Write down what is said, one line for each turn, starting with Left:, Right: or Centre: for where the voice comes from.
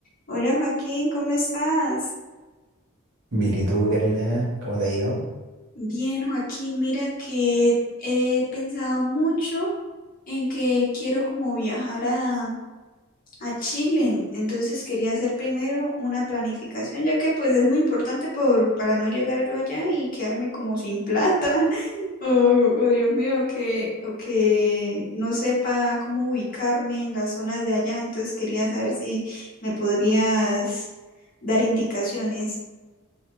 Left: Hola Joaquín, ¿cómo estás?
Right: Bien, ¿y tú, Karina? ¿Cómo te ha ido?
Left: Bien, Joaquín, mira que he pensado mucho en que quiero como viajar a, a Chile, entonces quería hacer primero una planificación, ya que pues es muy importante por, para no llegar yo allá y quedarme como sin plata, <laughs> o, o, Dios mío, que, o que no sepa cómo ubicarme en las zonas de allá, entonces quería saber si me podrías dar indicaciones.